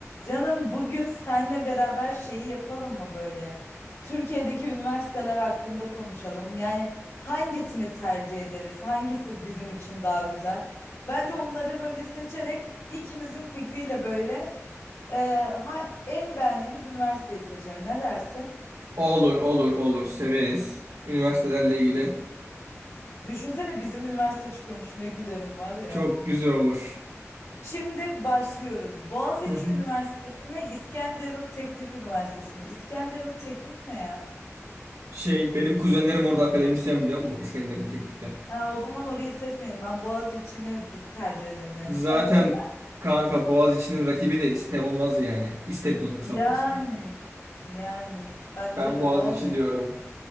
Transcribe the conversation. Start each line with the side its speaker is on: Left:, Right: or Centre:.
Left: Canım bugün senle beraber şeyi yapalım mı böyle? Türkiye'deki üniversiteler hakkında konuşalım. Yani hangisini tercih ederiz? Hangisi bizim için daha güzel? Bence onları böyle seçerek ikimizin fikriyle böyle e, ha- en beğendiğimiz üniversiteyi seçelim. Ne dersin?
Right: Olur, olur, olur. Severiz. Üniversitelerle ilgili
Left: Düşünsene bizim üniversite çıkıyormuş. Ne gülerim var ya.
Right: çok güzel olur.
Left: Şimdi başlıyoruz. Boğaziçi
Right: Hı hı.
Left: Üniversitesi mi, İskenderun Teknik Üniversitesi mi? İskenderun Teknik ne ya?
Right: Şey, benim kuzenlerim orada akademisyen biliyor musun? İskenderun Teknik'te.
Left: Ha, o zaman orayı seçmeyelim. Ben Boğaziçi'ni d- tercih ederim yani.
Right: Zaten
Left: Sence?
Right: kanka Boğaziçi'nin rakibi de İSTE olmaz yani. İSTE
Left: <laughs>
Right: bir de onun kısaltması.
Left: Yani. Yani. Bence
Right: Ben
Left: de
Right: Boğaziçi
Left: Boğaziçi.
Right: diyorum.